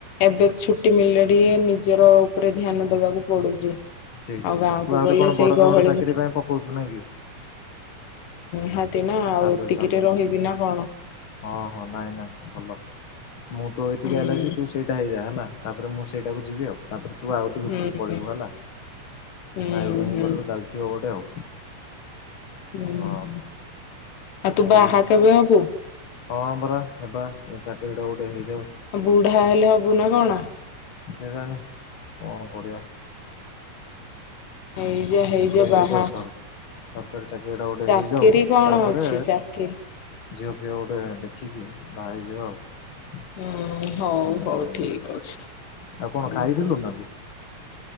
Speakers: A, on the left (about 90°); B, on the left (about 55°).
A: ଏବେ ଛୁଟି ମିଳିଲେଣି। ଇଏ ନିଜର ଉପରେ ଧ୍ୟାନ ଦବାକୁ ପଡୁଛି।
B: ଠିକ
A: ଆଉ
B: ଠିକ
A: ଗାଁକୁ
B: ତୁ ଆହୁରି
A: ଗଲେ
B: କଣ
A: ସେଇ
B: ବଡଚ
A: ଗହଳି
B: ବଡ ଚାକିରୀ ପାଇଁ ପକଉଛୁ ନାଇଁ କି?
A: ହ ନା ଆଉ ଏତିକିରେ
B: ଚାଲୁ ହଁ
A: ରହିବି ନା କଣ
B: ହଁ ନାଇଁ ନାଇଁ ଭଲ, ମୁଁ ତୁ ଏତିକି
A: ହୁଁ
B: ହେଲାସ ତୁ ସେଇଟା ହେଇଯା ହେଲା ତାପରେ ମୁଁ ସେଇଟାକୁ ଯିବି ଆଉ ତାପରେ ତୁ ଆଉ ଟିକେ
A: ହୁଁ
B: ଉପରକୁ ପଳେଇବୁ
A: ହୁଁ
B: ହେଲା
A: ହୁଁ
B: ଭାଇ ଭଉଣୀଙ୍କ
A: ହୁଁ
B: ଘରକୁ ଚାଲିଥିବ ଗୋଟେ ଆଉ
A: ହୁଁ ହ
B: ଅ
A: ହ ଆଉ ତୁ
B: ହଉ
A: ବାହା କେବେ ହବୁ
B: ହଁ ପରା ହେବା ଏ ଚାକିରିଟା ଗୋଟେ ହେଇଛି।
A: ଆଉ ବୁଢା ହେଲେ ହବୁ ନା କଣ?
B: କେଏ ଜାଣି କଣ କରିବାଆ
A: ହେଇଯା ହେଇଯା
B: ହେଇଯାଉ
A: ବାହା
B: ସର ସରକାରୀ ଚା ଟା ଗୋଟେ
A: ଚାକିରି
B: ହେଇଯାଉ
A: କଣ
B: ତାପରେ
A: ଅଛି ଚାକିରି
B: ଝିଅ ଫିଅ ଗୋଟେ ଦେଖିକି ବାହା ହେଇଜିବା ଆଉ।
A: ହୁଁ ହୁଁ ହଉ
B: ହୁଁ
A: ହଉ ଠିକ ଅଛି
B: ଆଉ କଣ
A: ହୁଁ,
B: ଖାଇଥିଲୁ ନା ତୁ?